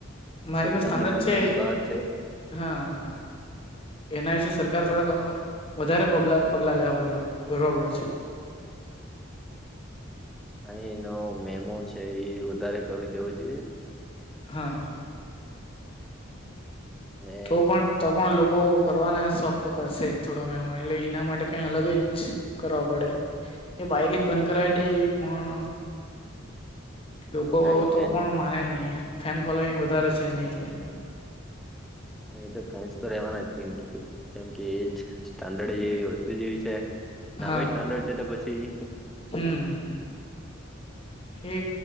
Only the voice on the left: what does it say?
મારી
પાસે સ્ટાન્ડર્ડ
છે
હા એના વિશે સરકાર થોડાક અ વધારે પબલા પગલા લેવા ભ ભરવા પડે છે.
હા
તો પણ તો પણ લોકો કરવાના શોખ તો કરશે જ થોડો મેમો એટલે ઈના માટે કાઈ અલગ જ. કરવા પડે. એ બાઈક જ બંધ કરાઈ દે ઈ પણ લોકો
તો પણ માને નહીં. ફેન ફોલોઈંગ વધારે છે એની એટલે.
હા
હમ એ